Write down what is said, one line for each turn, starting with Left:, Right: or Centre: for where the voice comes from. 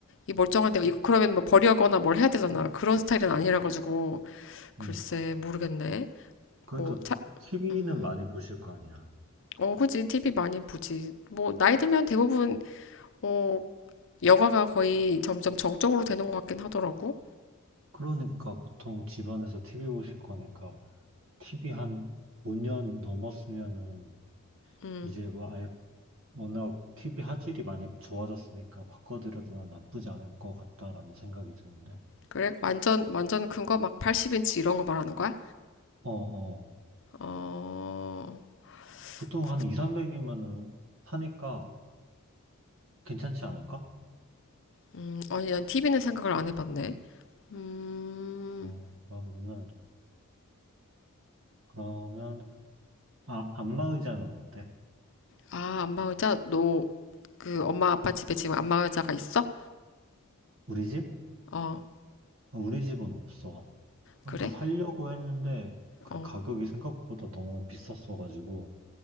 Left: 이 멀쩡한데 이거 그러면 뭐 버리거나 뭘 해야 되잖아. 그런 스타일은 아니라 가지고 글쎄
Right: 음.
Left: 모르겠네.
Right: 그래도
Left: 뭐 차,
Right: TV는
Left: 음,
Right: 많이 보실 거 아니야.
Left: 어, 그지. TV 많이 보지. 뭐, 나이 들면 대부분, 어, 여가가 거의 점점 정적으로 되는 것 같긴 하더라고.
Right: 그러니까 보통 집안에서 TV 보실 거니까 TV 한 5년 넘었으면은
Left: 음,
Right: 이제 뭐 아예 워낙 TV 화질이 많이 좋아졌으니까 바꿔드려도 난 나쁘지 않을 것 같다라는 생각이 드는데.
Left: 그래? 완전, 완전 큰 거? 막 80인치 이런 거 말하는 거야?
Right: 어, 어.
Left: 어,
Right: 보통
Left: 그거,
Right: 한 2, 300이면은 사니까 괜찮지 않을까?
Left: 음, 아니, 난 TV는 생각을 안 해봤네. 음,
Right: 어, 그러면은, 그러면, 아, 안마 의자는 어때?
Left: 아, 안마 의자? 너, 그, 엄마 아빠 집에 지금 안마 의자가 있어?
Right: 우리 집?
Left: 어,
Right: 아, 우리 집은 없어. 그러니까
Left: 그래?
Right: 살려고 했는데 그
Left: 어,
Right: 가격이 생각보다 너무 비쌌어가지고